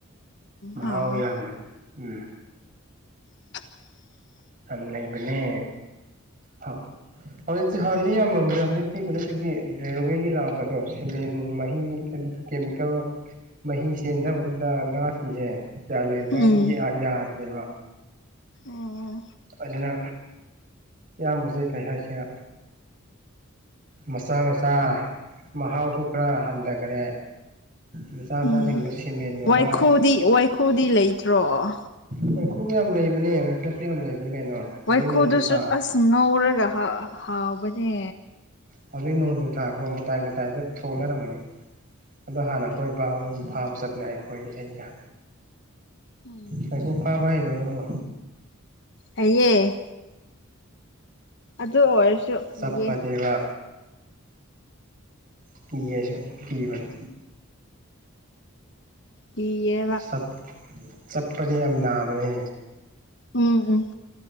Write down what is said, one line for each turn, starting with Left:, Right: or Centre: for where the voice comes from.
Right: ꯃꯍꯥꯎ
Left: ꯍꯥꯎꯋꯦ
Right: ꯌꯥꯝꯕꯅꯦ ꯎꯝ
Left: <inaudible>
Right: ꯌꯥꯝ ꯂꯩꯕꯅꯦ ꯑꯥꯎ ꯍꯧꯖꯤꯛꯇꯤ ꯍꯥꯟꯅꯗꯤ ꯌꯥꯝꯃꯝꯕꯅꯦ ꯍꯧꯖꯤꯛꯇꯤ ꯀꯩꯅꯣꯗꯒꯤ ꯔꯦꯜꯋꯦꯒꯤ ꯂꯥꯛꯄꯗꯣ ꯁꯤꯃꯦꯟ ꯃꯍꯤ ꯍꯥꯢꯗꯤ ꯀꯦꯃꯤꯀꯦꯜ ꯃꯍꯤ ꯆꯦꯟꯊꯕꯗꯨꯗ ꯉꯥ ꯁꯤꯡꯁꯦ ꯀꯌꯥ ꯂꯩꯕ
Left: ꯎꯝ
Right: ꯅꯤ ꯌꯥ ꯌꯥꯗ꯭ꯔꯦꯕ
Left: ꯑꯣ
Right: ꯑꯗꯨꯅ ꯏꯌꯥꯝꯕꯁꯦ ꯀꯩ ꯍꯥꯏꯁꯤꯔꯥ ꯃꯆꯥ ꯃꯆꯥ ꯃꯍꯥꯎꯁꯨ ꯈꯔ ꯍꯟꯙꯥꯒꯔꯦ ꯃꯆꯥ ꯃꯆꯥꯁꯤꯡꯗꯣ
Left: ꯎꯝ
Right: ꯁꯤꯃꯦꯟꯒꯨꯝꯕ
Left: ꯋꯥꯏꯈꯨꯗꯤ ꯋꯥꯏꯈꯨꯗꯤ ꯂꯩꯇ꯭ꯔꯣ
Right: ꯅꯨꯡ ꯈꯨ ꯌꯥꯝ ꯂꯩꯕꯅꯦ ꯔꯀꯦꯁ ꯁꯨ ꯌꯥꯝ ꯂꯩꯕꯅꯦ ꯀꯩꯅꯣ ꯍꯧꯖꯤꯛ
Left: ꯋꯥꯏꯈꯨꯗꯨꯁꯨ
Right: ꯅꯣꯡꯖꯨ ꯊꯥ
Left: ꯑꯁ ꯉꯧꯔꯒ ꯍꯥ ꯍꯥꯎꯕꯅꯦ
Right: ꯍꯧꯖꯤꯛ ꯅꯣꯡꯖꯨ ꯊꯥꯀꯣ ꯃꯇꯥꯏ ꯃꯇꯥꯏꯗ ꯊꯣꯛꯅꯔꯝꯒꯅꯤ ꯑꯗꯣ ꯍꯥꯟꯅ ꯑꯈꯣꯏ ꯏꯄꯥ ꯍꯣꯏ ꯑꯗꯨꯝ
Left: ꯎꯝ
Right: ꯐꯥꯕ ꯆꯠꯄꯅꯦ ꯑꯩꯈꯣꯏ ꯑꯩꯒ
Left: ꯎꯝ
Right: ꯀꯩꯀꯨ ꯐꯥꯕ ꯅꯨꯡꯉꯥꯢꯔꯤꯕ ꯅꯪꯕꯣ
Left: ꯍꯩꯌꯦ ꯑꯗꯨ ꯑꯣꯏꯔꯁꯨ ꯀꯤ
Right: ꯆꯞꯄꯗꯤꯕ
Left: ꯌꯦ
Right: ꯀꯤꯌꯦ ꯑꯩꯁꯨ ꯀꯤꯕꯅꯦ
Left: ꯀꯤꯌꯦꯕ
Right: ꯆꯞ ꯆꯞꯄꯗꯤ ꯌꯥꯝ ꯅꯥꯕꯅꯦ
Left: ꯎꯝ ꯎꯝ